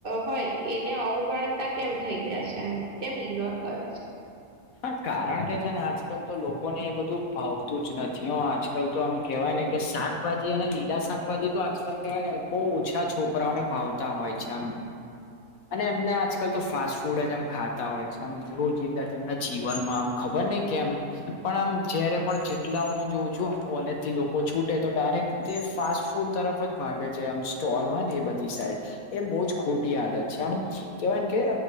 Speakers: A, on the right; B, on the left.
A: હોય એને અવગણ કેમ થઇ ગયા છે એમ કેમ ઇગ્નોર કરે છે
B: હા કારણ કે છે ને આજકાલ તો લોકોને એ બધું ભાવતું જ નથી હો આજકાલ તો આમ કેવાય ને કે શાક શાકભાજી અને લીલા શાકભાજી તો આજકાલ કહેવાય ને બહુ ઓછા છોકરાઓને ભાવતા હોય છે આમ અને એમને આજકાલ તો ફાસ્ટ ફૂડ જ આમ ખાતા હોય છે આમ રોજિંદા તેમના જીવનમાં આમ ખબર નહ કેમ પણ આમ જય્યારે પણ જેટલા હું જોઉં છું આમ કોલેજ થી લોકો છૂટે તો ડાયરેક્ટ તે ફાસ્ટ ફૂડ તરફ જ ભાગે છે આમ સ્ટોલ હોય ને એ બધી સાઈડ એ બહુ જ ખોટી આદત છે આમ કેવાય કે